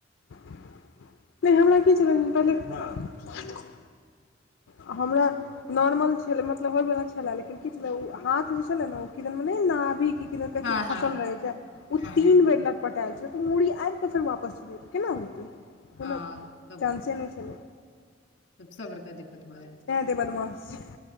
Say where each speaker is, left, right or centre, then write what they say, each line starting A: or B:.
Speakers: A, on the left; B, on the left.
A: नहि हमरा की चल पहिले ह <unintelligible> आ हमरा नोर्मल छल मतलब होय वला छलै लेकिन की छलै ओ हाथ जे छले ने ओ किदन मेनाभी क कहै
B: हँ
A: छै
B: हँ
A: फसल रहै छै ओ
B: हँ
A: तीन बेर ल पटायल छल तऽ मूड़ी आबिकऽ फेर वापस जेबतै केना होतै
B: हँ
A: कोनो
B: सब
A: चान्से नहि छलै
B: सब सेबड़का दिक्कत भ जायतछै
A: ते एते बदमाशछै